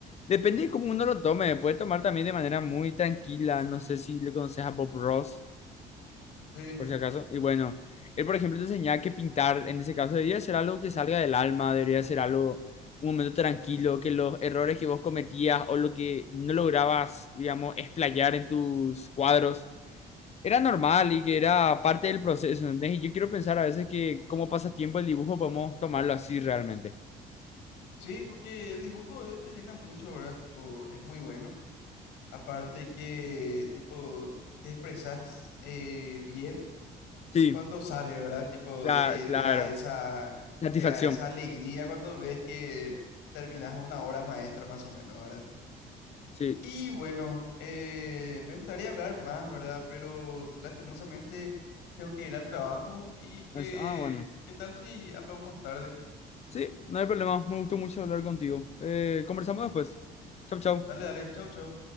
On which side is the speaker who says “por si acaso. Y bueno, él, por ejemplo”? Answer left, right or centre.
Left